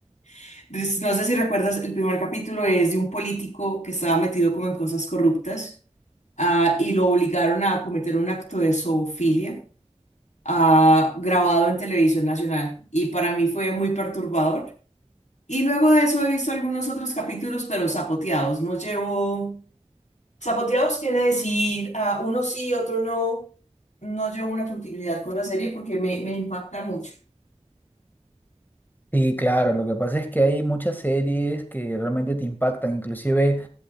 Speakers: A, on the left; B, on the left.
A: <laughs> Entonces, No sé si recuerdas, el primer capítulo es de un político que estaba metido como en cosas corruptas. ah, y lo obligaron a cometer un acto de zoofilia. ah, grabado en televisión nacional y para mí fue muy perturbador. Y luego de eso he visto algunos otros capítulos, pero zapoteados. No llevo... Zapoteados quiere decir ah, uno sí, otro no. No llevo una continuidad con la serie porque me, me impacta mucho.
B: Sí, claro, lo que pasa es que hay muchas series que realmente te impactan, inclusive...